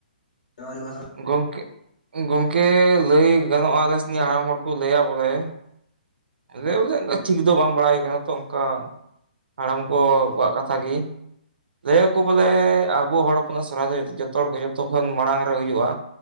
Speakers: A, on the left; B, on the right.
A: ᱡᱟᱱᱩᱣᱟᱨᱤ ᱢᱟᱥ ᱨᱮ
B: ᱜᱚᱝᱠᱮ ᱜᱚᱝᱠᱮ ᱞᱟᱹᱭ ᱜᱟᱱᱚᱜᱼᱟ ᱟᱞᱮ ᱥᱮᱱᱤᱡ ᱦᱟᱲᱟᱢ ᱦᱚᱲ ᱠᱚ ᱞᱟᱹᱭᱟ ᱵᱚᱞᱮ ᱟᱨᱮ ᱵᱚᱞᱮ ᱚᱱᱠᱟ ᱴᱷᱤᱠ ᱫᱚ ᱵᱟᱝ ᱵᱟᱲᱟᱭ ᱠᱟᱱᱟ ᱛᱚ ᱚᱱᱠᱟ᱾ ᱦᱟᱲᱟᱢ ᱠᱚ ᱠᱚᱣᱟᱜ ᱠᱟᱛᱷᱟ ᱜᱮ᱾ ᱞᱟᱹᱭᱟ ᱠᱚ ᱵᱚᱞᱮ ᱟᱵᱚ ᱦᱚᱲ ᱦᱚᱯᱚᱱᱟᱜ ᱥᱚᱨᱦᱟᱭ ᱫᱚ ᱡᱚᱛᱚ ᱦᱚᱲ ᱠᱷᱚ ᱡᱚᱛᱚ ᱠᱷᱚᱱ ᱢᱟᱲᱟᱝ ᱨᱮ ᱦᱩᱭᱩᱜᱼᱟ᱾